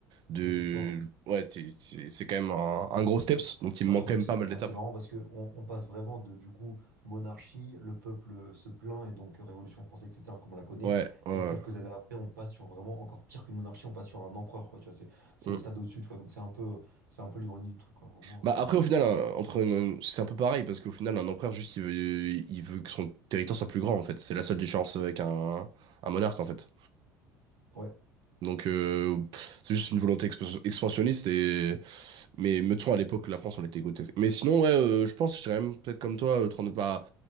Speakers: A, on the right; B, on the right.
A: de,
B: de l'histoire. hein.
A: ouais, t'es- t'es- c'est quand même un, un gros steps, donc il me
B: Bah,
A: manque
B: surtout
A: quand
B: que
A: même
B: c'est
A: pas mal
B: c'est
A: d'étapes.
B: assez marrant parce que on, on passe vraiment de du coup monarchie, le peuple se plaint et donc euh, Révolution française, etc., comme on la connaît,
A: Ouais, ouais.
B: et quelques années après, on passe sur vraiment encore pire qu'une monarchie, on passe sur un empereur, quoi, tu vois, c'est c'est
A: ouais.
B: le
A: Mm.
B: stade au-dessus, tu vois, donc c'est un peu c'est un peu l'ironie du truc, quoi, vraiment.
A: Bah après
B: euh,
A: au final un- entre une- c'est un peu pareil parce qu'au final un empereur juste il veut il veut que son territoire soit plus grand en fait c'est la seule différence avec un, un monarque en fait
B: Ouais.
A: donc euh, pff, c'est juste une volonté expan- expansionniste et Mais me de à l'époque, la France, on était grotesque. Mais sinon, ouais, euh, je pense, je dirais même peut-être comme toi, euh, 39 bah,